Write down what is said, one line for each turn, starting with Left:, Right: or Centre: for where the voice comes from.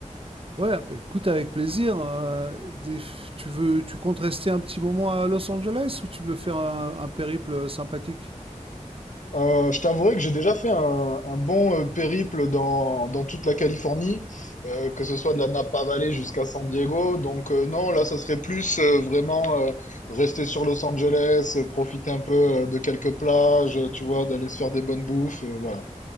Right: Ouais, ah bah, écoute, avec plaisir. euh, des- tu veux, tu comptes rester un petit moment à Los Angeles ou tu veux faire un, un périple sympathique?
Left: Euh, je t'avouerai que j'ai déjà fait un, un bon euh, périple dans, dans toute la Californie, euh, que ce soit de la Napa Valley jusqu'à San Diego. Donc euh, non, là, ça serait plus euh, vraiment euh, rester sur Los Angeles, euh, profiter un peu euh, de quelques plages, euh, tu vois, d'aller se faire des bonnes bouffes, euh, voilà.